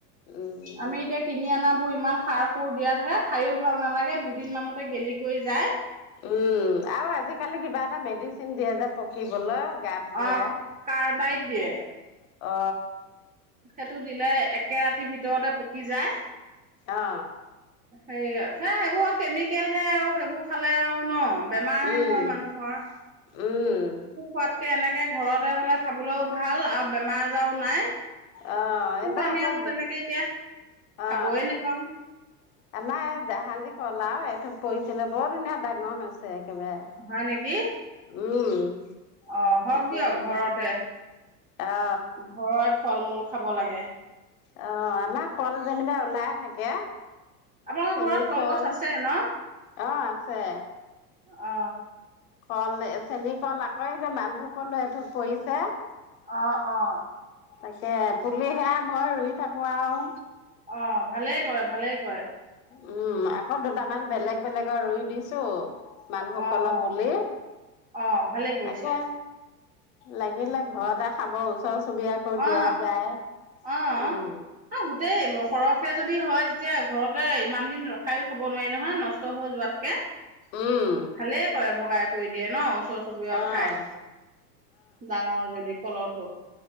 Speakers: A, on the left; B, on the right.
A: উম
B: আমি এতিয়া কিনি আনা বোৰ ইমান সাৰ সুৰ দিয়া থাকে খাইও ভাল নালাগে দুদিন মানতে গেলি কৰি যায়
A: উম আৰু আজিকালি কিবা এটা মেডিচিন দিয়ে যে পকিবলৈ গাপ দিয়ে
B: অ কাৰ্বাইত দিয়ে
A: অ
B: সেইটো দিলে একে ৰাতিৰ ভিতৰতে পকি যায়
A: অ
B: সেই হে সেইবোৰ আৰু কেমিকেল হে আৰু সেইবোৰ পঠালে আও ন বেমাৰহে
A: উম
B: হয় মানুহৰ
A: উম
B: <inaudible> এনেকে ঘৰতে হলে খাবলৈও ভাল আৰু বেমাৰ আজাৰও নাই
A: অ
B: কিন্তু
A: এইবাৰ
B: আমি
A: একে
B: আকৌ তেনেকে এতিয়া
A: অ
B: খাবয়ে নোপাও
A: আমাৰ এই জাহাজী কল আৰু এঠোক পৰিছিলে বৰ ধুনীয়া ডাঙৰ হৈছে একেবাৰে
B: হয় নেকি?
A: উম।
B: অ হওক
A: তাকে
B: দিয়ক
A: এতিয়া
B: ঘৰতে
A: অ
B: ঘৰত ফল মূল খাব লাগে।
A: অ', আমাৰ কল যেনিবা ওলাই থাকে।
B: আপোনালোকৰ
A: চেনীকল
B: ঘৰত কলগছ আছে ন
A: অ', আছে।
B: অ।
A: কল চেনী কল আকৌ যে মালভোগ কল এথোক পৰিছে।
B: অ', অ।
A: আছে পুলি সেয়া মই ৰুই থাকোঁ আৰু।
B: অ', ভালে কৰে ভালে কৰে।
A: উম, আকৌ দুটামান বেলেগ বেলেগৰ ৰুই দিছো। মালভোক
B: অ',
A: কলৰ পুলি
B: অ', ভালেই কৰিছে।
A: তাকে। লাগিলে ঘৰতে খাব ওচৰ চুবুৰীয়াকো দিয়া
B: অ
A: যায়।
B: অ
A: উম,
B: গোটেই সৰহ কে যদি হয় তেতিয়া ঘৰতে ইমান দিন ৰখায়ো থব নোৱাৰি নহয় নষ্ট হৈ যোৱাতকে
A: উম,
B: ভালেই কৰে ভগাই কৰি দিয়ে ন ওচৰ চুবুৰীয়াও
A: অ',
B: খাই। ডাঙৰ যদি কলত থ